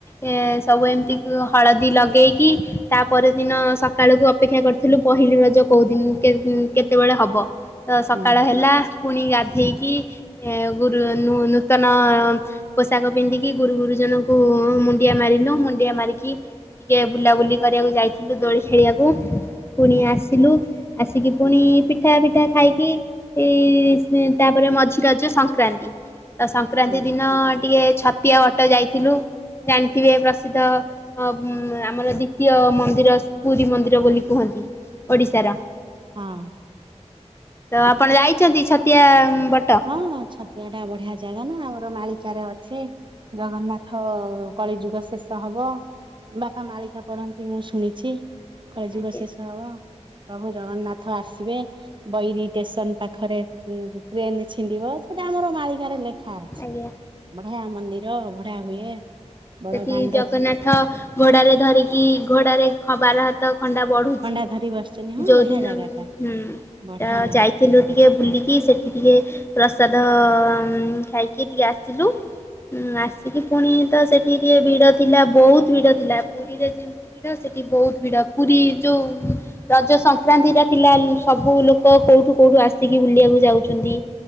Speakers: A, on the left; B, on the right.
A: ଏ ସବୁ ଏମିତି ଅ ହଳଦୀ ଲଗେଇକି ତାପର ଦିନ ସକାଳକୁ ଅ ଅପେକ୍ଷା କରିଥିଲୁ ପହିଲି ରଜ କୋଉ ଦିନ କେ କେତେବେଳେ ହବ ତ ସକାଳ
B: ହୁଁ
A: ହେଲା। ପୁଣି ଗାଧେଇକି ଏ ଗୁରୁ ନୁ ନୂତନ। ପୋଷାକ ପିନ୍ଧିକି ଗୁରୁ ଗୁରୁଜନଙ୍କୁ ମୁଣ୍ଡିଆ ମାରିଲୁ ମୁଣ୍ଡିଆ ମାରିକି ଟିକେ ବୁଲାବୁଲି କରିବାକୁ ଯାଇଥିଲୁ ଦୋଳି ଖେଳିବାକୁ ପୁଣି ଆସ ସିଲୁ ଆସିକି ପୁଣି ପିଠା ଫିଟା ଖାଇକି ଏଇ ସ ତାପରେ ମଝି ରଜ ସଂକ୍ରାନ୍ତି। ତ ସଂକ୍ରାନ୍ତି
B: ହୁଁ।
A: ଦିନ ଟିକେ ଛତିଆ ବଟ ଯାଇଥିଲୁ ଜାଣିଥିବେ ପ୍ରସିଦ୍ଧ। ଅ ବ ଆମର ଦ୍ଵିତୀୟ ମନ୍ଦିର ସ ପୁରୀ ମନ୍ଦିର ବୋଲି କୁହନ୍ତି। ଓଡ଼ିଶାର।
B: ହଁ।
A: ତ ଆପଣ ଯାଇଛନ୍ତି ଛତିଆ ଉଁ ବଟ?
B: ହଁ ଛତିଆ ଟା ବଢିଆ ଜାଗା ନା ଆମର ମାଳିକାରେ ଅଛି। ଜଗନ୍ନାଥ କଳିଯୁଗ ଶେଷ ହବ। ବାପା ମାଳିକା ପଢନ୍ତି ମୁଁ ଶୁଣିଛି କଳି ଯୁଗ
A: ଆଜ୍ଞା
B: ଶେଷ ହବ। ପ୍ରଭୁ ଜଗନ୍ନାଥ ଆସିବେ ବଇରି ଟେସନ୍ ପାଖରେ ଉଁ ଟ୍ରେନ ଛିଣ୍ଡିବ ସେଇଟା ଆମର ମାଳିକାରେ ଲେଖା। ଅଛି।
A: ଆଜ୍ଞା।।
B: ବଢିଆ ମନ୍ଦିର ଅଭଢ଼ା ହୁଏ। ବଡ
A: ସେଠି
B: ଦାଣ୍ଡ
A: ଜଗନ୍ନାଥ ଘୋଡାରେ ଧରିକି ଘୋଡାରେ ଖ ବାରହାତ ଖଣ୍ଡା ବଢୁଛି।
B: ଖଣ୍ଡା ଧରି ବସିଛନ୍ତି ହଁ
A: ଯୋଉଦିନ
B: ବଢିଆ ଜାଗା
A: ହୁଁ
B: ଟା ବଢିଆ
A: ତ
B: ଜାଗା
A: ଯାଇଥିଲୁ ଟିକେ ବୁଲିକି ସେ ଟିକେ ପ୍ରସାଦ ଉଁ ଖାଇକି ଟିକେ ଆସିଲୁ। ଉଁ ଆସିକି ପୁଣି ତ ସେଠି ଟିକେ ଭିଡ ଥିଲା ବହୁତ୍ ଭିଡ ଥିଲା ପୁରୀରେ ଯେମ ଭିଡ ସେଠି ବହୁତ୍ ଭିଡ ପୁରୀ ଯୋଉ ଉଁ। ରଜ ସଂକ୍ରାନ୍ତି ଟା ଥିଲା ଲ ସବୁ ଲୋକ କୋଉଠୁ କୋଉଠୁ ଆସିକି ବୁଲିବାକୁ ଯାଉଛନ୍ତି।